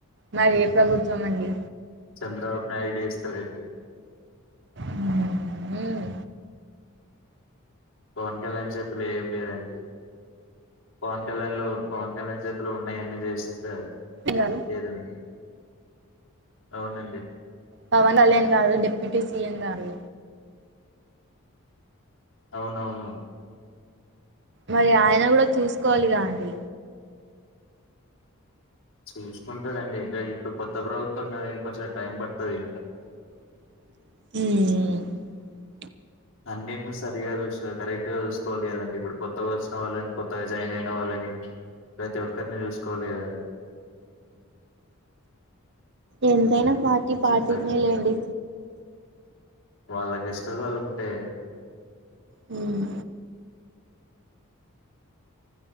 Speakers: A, on the right (about 55°); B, on the left (about 65°).
A: మరి ఏ ప్రభుత్వం అండి
B: చంద్రబాబు నాయుడు ఏస్తారంండి
A: హ్మ్ హ్మ్
B: పవన్ కళ్యాణ్ చేతులో ఏం లేదండి పవన్ కళ్యాణ్ లో పవన్ కళ్యాణ్ చేతులో ఉన్నయన్ని చేసేస్తారండీ
A: గారు
B: ఏదన్నా అవునండి
A: పవన్ కళ్యాణ్ గాదు డెప్యూటీ సిఎం గారు
B: అవునవును
A: మరి ఆయన కూడా చూసుకోవాలిగా అండి
B: చూసుకుంటాడండి ఇంకా ఇప్పుడు కొత్త ప్రభుత్వం కదనికి కొంచం టైం పడుతుంది ఇంకా
A: హ్మ్
B: అన్నింటిని సరిగా చూసు కరెక్ట్గా చూకోవాలి కదండి ఇప్పుడు కొత్తగా వచ్చిన వాళ్ళ కొత్తగా జాయిన్ అయిన వాళ్ళ ప్రతి ఒక్కరిని చూసుకోవాలి కదా
A: ఎంతైనా వాటి
B: కొంచెం
A: పాటినే
B: టైం
A: లేండి
B: వాళ్ళకి ఇష్టాలు వాళ్ళకుంటే
A: హ్మ్